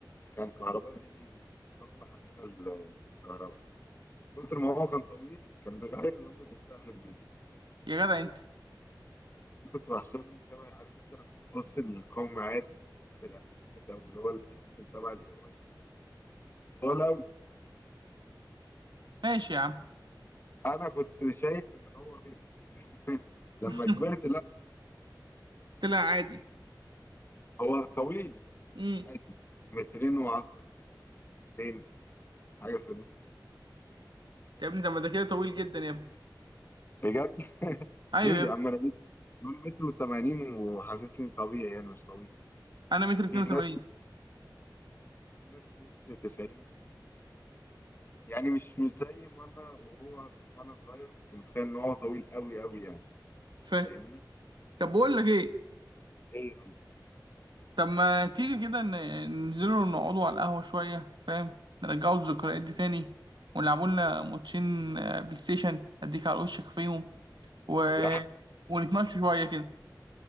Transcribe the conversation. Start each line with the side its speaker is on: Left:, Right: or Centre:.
Left: كان كهربائي بيجي يصلح عندنا الكهرباء من كتر ما هو كان طويل كان بيغير لمبه السقف بايده
Right: يا جدع انت
Left: كنت بحسبه شبه عارف انت لما تبص للقوم عاد في الاعلانات او اللي هو الحاجات اللي تبع الاي اي طول قوي
Right: ماشي يا عم
Left: انا كنت شايف ان هو كده <laughs> لما
Right: <laughs>
Left: كبرت لا
Right: طلع عادي
Left: هو طويل بس
Right: امم
Left: عادي مترين و10 سنتين حاجه في الوقت.
Right: يا ابني طب ما ده كده طويل جدا يا ابني
Left: بجد <laughs>
Right: ايوه
Left: ليه
Right: يا ابني
Left: يا عم انا متر- دول متر و80 وحاسسني طبيعي يعني مش طويل
Right: انا متر 82
Left: في ناس في ناس متر 90 يعني مش مش زي ما انا وهو وانا صغير كنت متخيل ان هو طويل قوي قوي يعني
Right: فاهم
Left: فاهمني؟
Right: طب بقول لك ايه
Left: ايه
Right: طب ما تيجي كده ن- ننزلوا نقعدوا على القهوة شوية فاهم نرجعوا الذكريات دي تاني ونلعبوا لنا ماتشين آه، بلاي ستيشن أديك على وشك فيهم و...
Left: يا ح-
Right: ونتمشوا شوية كده